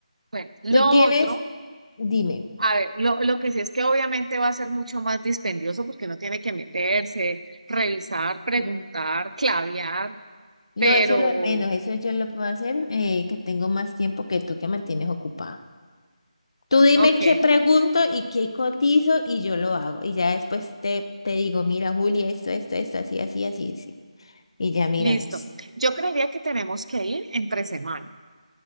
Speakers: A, on the right (about 70°); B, on the left (about 45°).
A: Bueno, lo
B: Tú tienes,
A: otro
B: dime.
A: A ver, lo, lo que sí es que obviamente va a ser mucho más dispendioso porque uno tiene que meterse, revisar, preguntar,
B: Ujú.
A: clavear,
B: No,
A: pero,
B: eso es lo de menos, eso yo lo puedo hacer, eh, que tengo más tiempo que tú que mantienes ocupada. Tú dime
A: ok,
B: qué pregunto y qué cotizo y yo lo hago. Y ya después te, te digo, mira, Juli, esto, esto, esto, así, así, así, así. Y ya miramos.
A: listo. Yo creería que tenemos que ir entre semana,